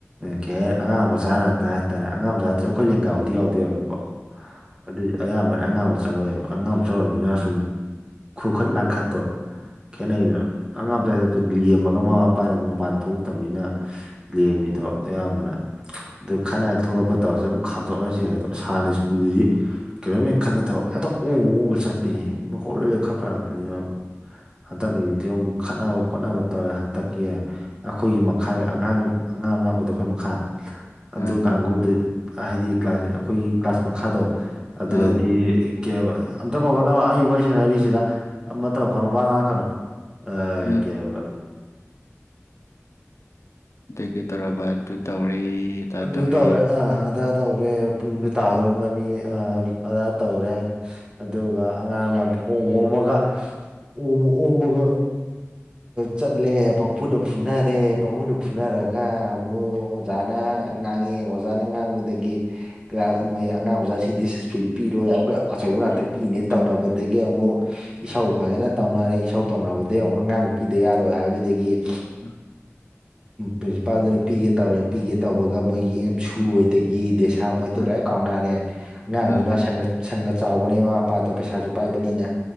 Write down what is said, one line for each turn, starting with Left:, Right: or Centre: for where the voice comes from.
Right: ꯀꯩ ꯍꯥꯏ ꯑꯉꯥꯡ ꯃꯆꯥ ꯉꯥꯛꯛꯇ ꯍꯥꯏꯇꯥꯔꯦ ꯑꯉꯥꯡ ꯃꯆꯥ ꯅꯥꯠꯇꯔꯥꯁꯨ ꯑꯩꯈꯣꯏ ꯂꯦꯡꯒꯥꯕꯨꯗꯤ ꯌꯥꯎꯗꯤ ꯌꯥꯎꯋꯦꯕꯀꯣ ꯑꯗꯨ ꯑꯌꯥꯝꯕꯅ ꯑꯉꯥꯡ ꯑꯃ ꯆ ꯆꯥꯎꯔꯑꯦꯕ ꯑꯉꯥꯡ ꯆꯥꯎꯔꯕꯅꯤꯅ ꯁꯨꯝ ꯈꯨꯈꯠ ꯂꯥꯡꯈꯠꯇꯣ ꯈꯦꯠꯅꯩꯗꯅ ꯑꯉꯥꯡ ꯃꯆꯥꯒꯤ ꯇꯥꯏꯞꯇꯥ ꯂꯦꯝꯃꯒ ꯃꯃꯥ ꯃꯄꯥ ꯑꯗꯨꯝ ꯃꯄꯥꯟ ꯊꯣꯛꯂꯛꯇꯕꯅꯤꯅ ꯂꯦꯝꯃꯤꯗꯣ ꯑꯌꯥꯝꯕꯅ ꯑꯗꯨ ꯈꯅꯥꯗ ꯊꯣꯛꯂꯛꯄ ꯇꯧꯔꯁ ꯑꯗꯨꯝ ꯈꯥꯝꯗꯣꯛꯅꯁꯦ ꯍꯥꯏꯗꯣ ꯁꯥꯥꯟꯅ ꯁ꯭ꯀꯨꯜꯗꯨꯗꯤ ꯀꯩꯅꯂꯣꯃꯤ ꯈꯠ ꯅꯠꯇꯕ ꯍꯦꯛꯇ ꯑꯣꯣꯝꯝꯕ ꯑꯣꯝꯝꯕ ꯆꯠꯄꯤꯅꯤ ꯃꯈꯣꯛ ꯂꯣꯏꯔ ꯈꯞꯄ ꯉꯥꯛꯇꯅꯤꯅ ꯍꯟꯗꯛꯀꯤ ꯑꯃꯨꯛ ꯈꯠꯅꯕ ꯈꯣꯠꯅꯕ ꯇꯧꯔꯦ ꯍꯟꯗꯛꯀꯤ ꯑꯩꯈꯣꯏꯒꯤ ꯃꯈꯥ ꯑꯉꯥꯡꯒꯤ ꯑꯉꯥꯡꯕ ꯑꯃ ꯂꯥꯛꯄꯨꯗꯣ ꯑꯩꯈꯣꯏꯒꯤ ꯃꯈꯥ ꯑꯗꯨ
Left: ꯑꯉꯥꯡ
Right: ꯀꯥꯡꯕꯨꯗꯨ
Left: ꯂꯥꯛꯄ
Right: ꯍꯥꯏꯗꯤ ꯀ꯭ꯂꯥꯁ ꯑꯩꯈꯣꯏꯒꯤ ꯀ꯭ꯂꯥꯁ ꯃꯈꯥꯗꯣ ꯑꯗ꯭ꯔꯗꯤ
Left: ꯑꯧ
Right: ꯑꯣꯀꯦ ꯚ ꯑꯝꯇ ꯀꯧꯒꯅꯣ ꯑꯩ ꯋꯥꯔꯤ ꯁꯥꯟꯅꯔꯤꯁꯤꯗ ꯑꯃ ꯇꯧꯔꯛꯀꯅꯣ ꯋꯥ ꯉꯥꯡꯛꯀꯅꯨ ꯑ
Left: ꯎꯝ
Right: ꯀꯕ
Left: ꯑꯗꯨꯗꯒꯤ ꯇꯧꯔꯕ ꯑꯗꯨ ꯇꯧꯔꯤ ꯑꯗꯥ
Right: ꯑꯗꯨ
Left: ꯇꯧꯔꯤ
Right: ꯇꯧꯔꯦ ꯑꯥ ꯑꯗꯥ ꯇꯧꯔꯦ ꯄꯨꯡꯗꯨ ꯇꯥꯗꯧꯔꯝꯃꯅꯤ
Left: ꯎꯝ
Right: ꯑꯗꯥ ꯇꯧꯔꯦ ꯑꯗꯨꯒ ꯑꯉꯥꯡ ꯃꯌꯥꯝ ꯍꯣꯝ ꯍꯣꯝꯃꯒ ꯎ ꯑꯣꯡ ꯑꯃꯒ ꯆꯠꯂꯦ ꯄꯝꯐꯨꯗ ꯐꯨꯅꯔꯦ ꯄꯝꯐꯨꯗ ꯐꯨꯅꯔꯒ ꯑꯃꯨꯛ ꯑꯣꯖꯥꯅꯤ ꯉꯥꯡꯉꯤ ꯑꯣꯖꯥꯅ ꯉꯥꯡꯕꯗꯒꯤ ꯃꯣꯏ ꯑꯉꯥꯡ ꯃꯆꯥꯁꯤꯡꯗꯤ ꯄꯤ ꯄꯤꯔꯣꯏ ꯑꯩꯈꯣꯏ ꯑꯆꯧꯕ ꯉꯅꯥꯛꯇ
Left: ꯄꯤꯔꯣ
Right: ꯄꯤꯅꯦꯅ
Left: ꯆꯧ
Right: ꯇꯧꯅꯕꯗꯒꯤ ꯑꯃꯨꯛ ꯏꯁꯧ ꯐꯖꯅ ꯇꯧꯅꯔꯦ ꯏꯁꯧ ꯇꯧꯅꯕꯗꯒꯤꯩ ꯑꯃꯨꯛ ꯑꯉꯥꯡ ꯄꯤꯗ ꯌꯥꯔꯣꯏ ꯍꯥꯏꯕꯗꯒꯤ
Left: ꯎꯝ
Right: ꯄ꯭ꯔꯤꯟꯁꯤꯄꯥꯜꯗꯨꯅ ꯄꯤꯒꯦ ꯇꯧꯔꯦ ꯄꯤꯒꯦ ꯇꯧꯕꯒ ꯃꯣꯏꯒꯤ ꯑꯦꯝ ꯁꯗꯒꯤ ꯄꯩꯁꯥ ꯃꯣꯏꯗꯤ
Left: ꯑ
Right: ꯂꯣꯏ ꯀꯥꯎꯅꯔꯦ ꯑꯉꯥꯡꯗꯨꯅꯪꯒ
Left: ꯑ
Right: ꯁꯪꯒ ꯆꯥꯎꯕꯅꯤ ꯃꯃꯥ ꯃꯄꯥꯗꯣ ꯄꯩꯁꯥꯁꯨ ꯄꯥꯏꯕꯅꯤꯅ